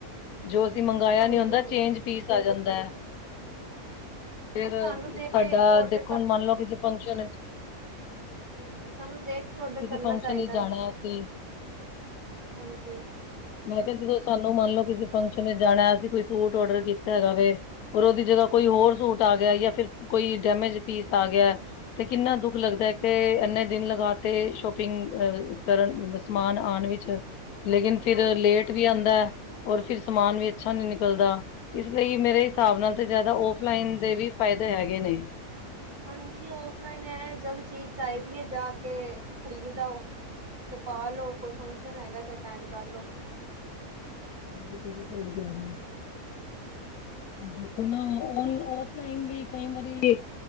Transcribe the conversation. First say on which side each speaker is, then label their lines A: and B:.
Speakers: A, on the left; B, on the right.
A: ਜੋ ਅਸੀਂ ਮੰਗਾਇਆ
B: ਹਾਂਜੀ
A: ਨੀ ਹੁੰਦਾ
B: ਹਾਂਜੀ
A: ਚੇਂਜ ਪੀਸ ਆ ਜਾਂਦੈ। ਫੇਰ
B: ਸਾਨੂੰ ਦੇਖ
A: ਸਾਡਾ
B: ਕੇ ਔਡਰ
A: ਦੇਖੋ
B: ਕਰ
A: ਹੁਣ ਮੰਨ ਲੋ ਕਿਸੇ ਫੰਕਸ਼ਨ 'ਚ
B: ਹਾਂਜੀ-ਹਾਂਜੀ ਸਾਨੂੰ ਦੇਖ ਕੇ ਔਡਰ ਕਰਨਾ
A: ਫੰਕਸ਼ਨ
B: ਚਾਈਦਾ
A: ਵਿੱਚ ਜਾਣਾ
B: ਏ।
A: ਅਸੀਂ
B: ਹਾਂਜੀ।
A: ਮੈਂ ਕੇਆ ਜਦੋਂ ਸਾਨੂੰ ਮੰਨ ਲੋ ਕਿਸੇ ਫੰਕਸ਼ਨ ਵਿੱਚ ਜਾਣਾ ਅਸੀਂ ਕੋਈ ਸੂਟ ਔਡਰ ਕੀਤਾ ਹੈਗਾ ਵੇ ਔਰ ਉਦੀ ਜਗਾ ਕੋਈ ਹੋਰ ਸੂਟ ਆ ਗਿਆ ਜਾਂ ਫਿਰ ਕੋਈ ਡੈਮੇਜ ਪੀਸ ਆ ਗਿਆ 'ਤੇ ਕਿੰਨਾ ਦੁੱਖ ਲੱਗਦਾ ਕੇ ਇੰਨੇ ਦਿਨ ਲਗਾ 'ਤੇ ਸ਼ੋਪਿੰਗ ਅ ਕਰਨ ਵਸ ਸਮਾਨ ਆਣ ਵਿੱਚ ਲੇਕਿਨ ਫਿਰ
B: ਹਾਂਜੀ
A: ਲੇਟ ਵੀ ਆਂਦੈ ਔਰ ਫਿਰ ਸਮਾਨ ਵੀ ਅੱਛਾ ਨੀ ਨਿਕਲਦਾ। ਇਸ ਲਈ ਮੇਰੇ ਹਿਸਾਬ ਨਾਲ' ਤੇ ਜਿਆਦਾ ਔਫਲਾਈਨ ਦੇ ਵੀ ਫਾਇਦੇ ਹੈਗੇ ਨੇ।
B: ਹਾਂਜੀ ਔਫਲਾਈਨ ਐ ਜਦ ਚੀਜ਼ ਚਾਈਦੀ ਐ ਜਾ ਕੇ ਖ਼ਰੀਦ ਆਓ ਤੇ ਪਾ ਲੋ ਕੋਈ ਫੰਕਸ਼ਨ ਹੈਗਾ 'ਤੇ ਅਟੈਂਡ ਕਰ ਲੋ।
A: ਹਾਂਜੀ ਤੁਸੀਂ ਸਈ ਕੈ ਰੀਆ। ਹਾਂਜੀ ਓ ਨਾ ਓਨ ਔਫ ਕਈ ਵਾਰੀ